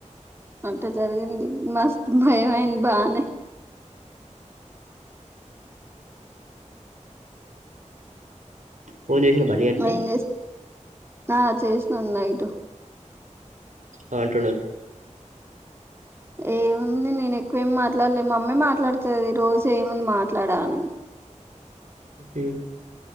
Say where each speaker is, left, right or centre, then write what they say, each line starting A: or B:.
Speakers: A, on the right (about 20°); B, on the right (about 75°).
A: అంటే జరిగింది. మస్త్ భయం అయింది బానే
B: ఫోన్ చేసిండా బన్నీ గాడ్ నిన్న
A: ఏం చేస్ ఆ చేసినం నైట్
B: ఆ అంటుండు.
A: ఏముంది నేన్ ఎక్కువేం మాట్లాడ్లే మమ్మే మాట్లాడ్తది రోజే ఏముంద్ మాట్లాడ అని
B: హ్